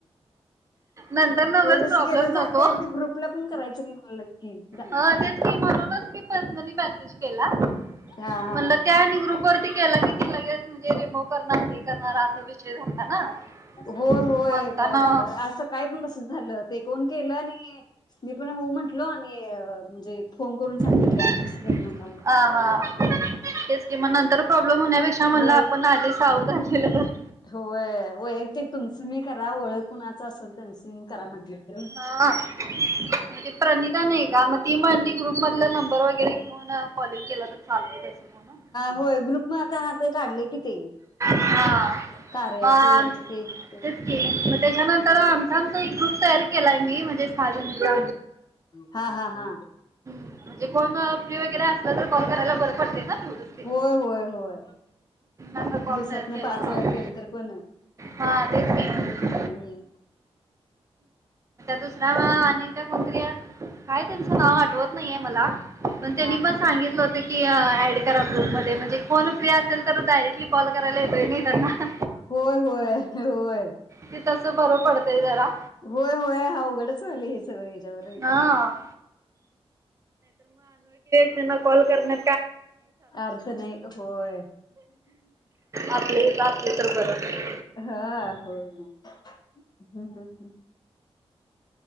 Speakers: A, on the right (about 30°); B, on the left (about 40°).
A: नंतर नच
B: हो तसं
A: प्रॉब्लेम
B: केलं चालतंय
A: नको
B: आणि ते ग्रुपला पण करायचं नाही म्हणलं की दंगा
A: ह
B: करायला
A: तेच म्हणूनच मी पर्सनली मेसेज केला म्हण
B: हा हा
A: त्या ग्रुप गी ती लगेे रिमोव हे करणारा असा विषय झालता ना
B: होय
A: म्हणताना
B: होय का सांगा आज सकाळी पण तस झालं ते कोण केलं आणि मी पण हो म्हंटल आणि जे फोन करून
A: अं
B: सांगितल्या तसं करू नका म्हणून
A: हा तेच कि म नंतर प्रॉब्लेम होण्यापेक्षा म्हणलं
B: होय
A: आपण आधीच, सावध राहिलेलं बरं.
B: होय वैयक्तिक ते तुमचं तुम्ही करा ओळखीचे कुणाच असेल त्यांचं मग करा म्हटलं
A: हा मग ती प्रणिता नाही का मग ती म्हणली ग्रुप मधला नंबर वगैरे घेऊन कॉलिंग केला तर चालते तसं म्हणून
B: होय ग्रुप मध्ये आता काढले कि ते
A: हा
B: कार्याचं
A: मग
B: हेच ते ते.
A: तेच की मग त्याच्यानंतर
B: हं.
A: आमचा आमचा एक ग्रुप तयार केला केलाय मी म्हणजे <unintelligible>
B: हा हा हा
A: म्हणजे कोण फ्री वगैरे असलं तर कॉल करायला बरं पडते ना तेवढंच ते
B: होय होय होय
A: असा कॉल
B: दिवसातन
A: तयार केला
B: पाच
A: होता
B: वेळा केलं तर पण
A: हा तेच की
B: हम्.
A: दुसरा अनेकदा कोणतरी काय त्यांचं नाव आठवत नाहीये मला, पण त्यांनी
B: हा
A: पण
B: हा
A: सांगितलं होतं की ऍड करा ग्रुप मध्ये म्हणजे कोण फ्री असेल तर डायरेक्टली कॉल करायला येतोय त्यांना
B: होय होय होय
A: ते तसं बरं पडतंय जरा
B: होय होय हवं बरं झालं हे हच्यावर हे
A: हा
B: करायला
A: त्यांना कॉल करण्या
B: अर्थ नाही होय
A: आपले इथं असले तर बरं.
B: हा होय ना हू हम्म हम्म